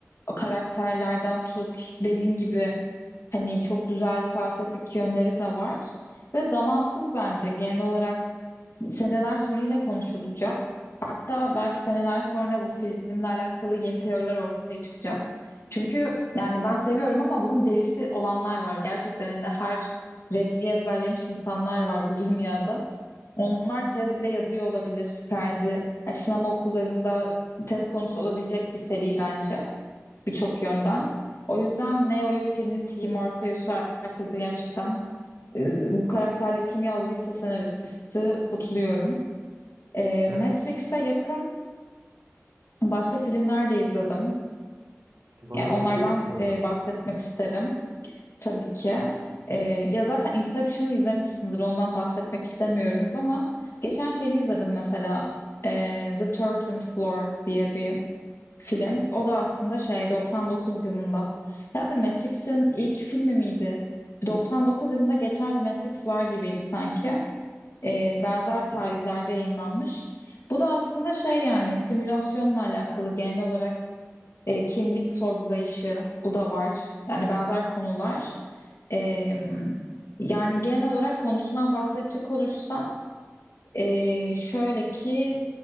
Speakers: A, on the left; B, on the right.
A: o karakterlerden tut. Dediğin gibi Hani çok güzel felsefik yönleri de var. Ve zamansız bence genel olarak s- seneler sonra yine konuşulacak. Hatta belki seneler sonra bu filmle alakalı yeni teoriler ortaya çıkacak. Çünkü yani ben seviyorum ama bunun delisi olanlar var. Gerçekten hani her repliği ezberlemiş insanlar var bu <laughs> dünyada. Onlar tez bile yazıyor olabilir. Kendi yani sinema okullarında tez konusu olabilecek bir seri bence birçok yönden. O yüzden Neo'yu, Trinity'yi, Morpheus'u herkese gerçekten e, bu karakterleri kim yazdıysa senaristi kutluyorum. E,
B: E,
A: Matrix'e yakın başka filmler de izledim.
B: bana
A: Yani
B: verebilir
A: onlardan
B: misin örnek?
A: e, bahsetmek isterim tabii ki. E, ya zaten Inception'ı izlemişsindir ondan bahsetmek istemiyorum ama geçen şeyi izledim mesela e, The 13 Floor diye bir film. O da aslında şey 99 yılında. Ya da Matrix'in ilk filmi miydi? 99 yılında geçen bir Matrix var gibiydi sanki. Ee, benzer tarihlerde yayınlanmış. Bu da aslında şey yani simülasyonla alakalı genel olarak e, kimlik sorgulayışı bu da var. Yani benzer konular. Ee, yani genel olarak konusundan bahsedecek olursam ee, şöyle ki